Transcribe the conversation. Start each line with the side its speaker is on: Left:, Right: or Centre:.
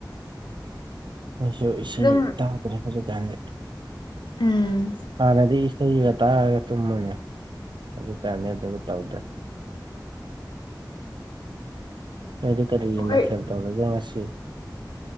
Right: ꯑꯩꯁꯨ ꯏꯁꯩ
Left: ꯑꯗꯨꯝ
Right: ꯇꯥꯗ꯭ꯔꯦ ꯐꯖ ꯇꯅꯦ
Left: ꯎꯝ
Right: ꯍꯥꯟꯅꯗꯤ ꯏꯁꯩꯒ ꯇꯥꯔꯒ ꯇꯨꯝꯃꯅꯦ ꯍꯧꯖꯤꯛꯇꯅꯤ ꯑꯗꯨ ꯇꯧꯗ꯭ꯔꯦ ꯑꯗꯨ ꯀꯔꯤ
Left: ꯍꯣꯏ
Right: ꯃꯊꯦꯜ ꯇꯧꯔꯥꯕ ꯉꯁꯤ